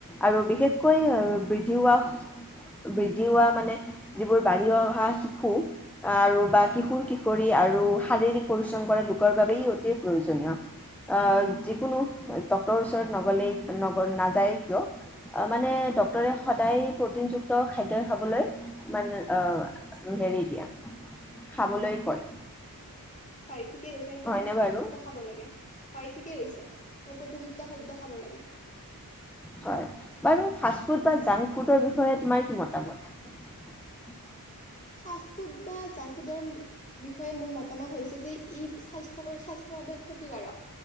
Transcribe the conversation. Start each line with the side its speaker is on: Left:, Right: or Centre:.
Centre: আৰু বিশেষকৈ আহ বৃদ্ধি হোৱা বৃদ্ধি হোৱা মানে যিবোৰ বাঢ়ি অহা শিশু আহ আৰু বা কিশোৰ কিশোৰী আৰু শাৰীৰিক পৰিশ্ৰম কৰা লোকৰ বাবেই অতি প্ৰয়োজনীয় আহ যিকোনো ডক্টৰৰ ওচৰত নগলেই নগ নাযায় কিয় মানে ডক্টৰে সদায় প্ৰটিনযুক্ত খাদ্য়ই খাবলৈ মানে আহ হেৰি দিয়া খাবলৈ কয়
Left: হয় ঠিকেই কৈছে আমি প্ৰতিযুওো
Centre: হয়নে বাৰু
Left: খাদ্য খাব লাগে হয় ঠিকেই কৈছে হয় প্ৰতিযুিতক্ত খাদ্য খাব লাগে
Centre: হয় বাৰু ফাষ্ট ফুড বা জাংক ফুডৰ বিষয়ে তোমাৰ কি মতামত
Left: ফা ফুড বা জাংক ফুডৰ বিষয়ে মোৰ মতামত হৈছে যে ই স্বাস্থ্য স্বাস্থ্য বাবে ক্ষতিকাৰক